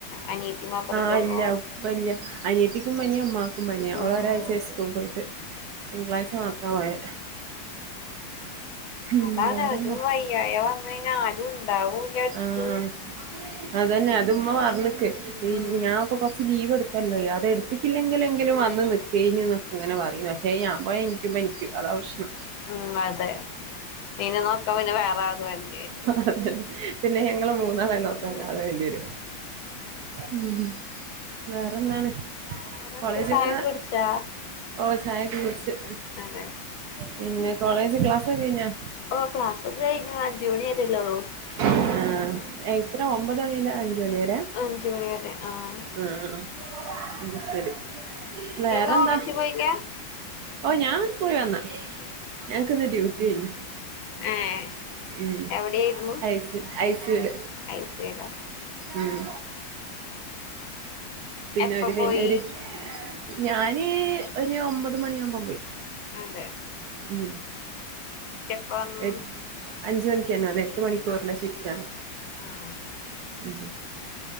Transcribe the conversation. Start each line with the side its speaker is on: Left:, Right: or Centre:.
Left: അനിയത്തി മാത്രല്ലേ
Right: ആഹ്
Left: ഉള്ളൂ
Right: ഇല്ല ഉപ്പ ഇല്ല അനിയത്തിക്കും പനിയ ഉമ്മ ത്തിക്ക് പനി അവള്
Left: ആഹ്
Right: ഒരാഴ്ച ആയി സ്കൂൾ പോയിട്ട് തിങ്കളാഴ്ച മാത്രം പോയെ. ഉം
Left: അതാണ്
Right: വേറെന്താ
Left: ഒരു വയ്യായ വന്ന് കഴിഞ്ഞ ആരും ഉണ്ടാവൂല. അടുത്ത്
Right: ആഹ് അതന്നെ അത് ഉമ്മ പറഞ്ഞിക്ക് ഈ
Left: ഉം
Right: ഞാ ഇപ്പോ കുറച്ച് ലീവ് എടുത്തല്ലോ അത് എടുത്തിക്കില്ലങ്കിൽ എങ്കിലും
Left: ഉം
Right: വന്ന് നിക്കാഴിഞ്ഞ് എന്നൊക്കെ അങ്ങനെ പറയും പക്ഷേ ഏഹ് ഞാൻ പോയ എന്യ്ക്കും പനിക്കും അതാ പ്രശ്നം
Left: ഉം അതെ പിന്നെ നോക്കാന് പിന്നെ വേറെ ആൾ വരേണ്ടി വരും
Right: അതെന്നെ പിന്നെ ഞങ്ങള് മൂന്നാളെ നോക്കാരാളെ
Left: ഉം
Right: വേണ്ടി വരും ഉം വേറെന്താണ്
Left: വേറെന്ത്
Right: കോളേജൊക്കെ
Left: ചായൊക്കെ കുടിച്ചാ
Right: ഓഹ് ചായൊക്കെ കുടിച്ച്
Left: അതെ
Right: പിന്നെ കോളേജ് ക്ലാസ്ക്കെ കയിഞ്ഞാ
Left: ഓ ക്ലാസ് ഒക്ക കയിഞ്ഞു അഞ്ചോണി വരല്ലോള്ളൂ
Right: ആഹ് എത്ര ഒമ്പത് മണിമുതൽ അഞ്ച് മണി വരെയാ
Left: അഞ്ച് മണിവരെ ആഹ്
Right: ആഹ് ആഹ് ശരി വേറെന്താ?
Left: നീ ഇന്ന് കോളേജ് പോയില്ല
Right: ഓ ഞാ പോയി വന്ന്. ഞങ്ങക്കിന്ന് ഡ്യൂട്ടിയേയ്ന്നു
Left: <unintelligible>
Right: ഉം
Left: എവിടെയായിരുന്നു
Right: ഐസ് ഐസീവ്ട്
Left: ഐ സി യുലാ
Right: ഉം പിന്നരു
Left: എപ്പ
Right: പിന്നൊര്
Left: പോയി
Right: ഞാന് ഒരു ഒമ്പത് മണിയാവുമ്പം പോയി
Left: അതെ
Right: ഉം
Left: എപ്പ വന്നു
Right: എ അഞ്ച് മണിക്കന്നെ വന്ന് എട്ട് മണിക്കൂറിന്റെ ഷിഫ്റ്റ് ആണ്.
Left: ആഹ്
Right: ഉം